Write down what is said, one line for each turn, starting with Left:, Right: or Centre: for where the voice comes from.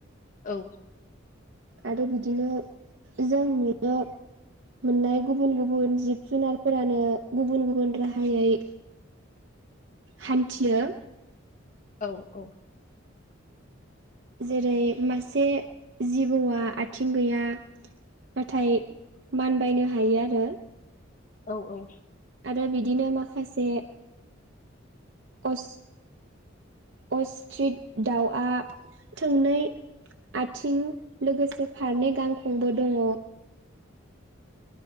Left: औ
Right: आरो बिदिनो जों नु मोननाय गुबुन गुबुन जिब जुनारफोरानो गुबुन गुबुन राहायै हान्थियो।
Left: औ औ।
Right: जेरै मासे जिबौआ आथिं गैया नाथाय मानबायनो हायो आरो
Left: औ औ।
Right: आरो बिदिनो माखासे अ अस्ट्रिट दाउआ थोंनै आथिं लोगोसे फारनै गांखंबो दङ।